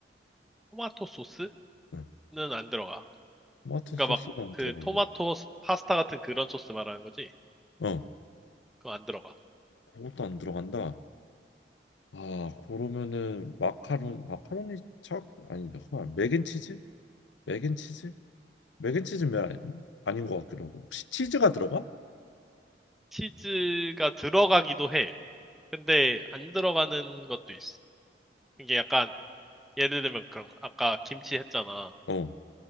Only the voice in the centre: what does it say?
토마토 소스?
안 들어가.
그러니까
막
그
토마토 스- 파스타 같은 그런 소스 말하는 거지?
그거 안 들어가.
치즈가 들어가기도 해. 근데 안 들어가는 것도 있어. 이게 약간 예를 들면 그런 거. 아까 김치 했잖아.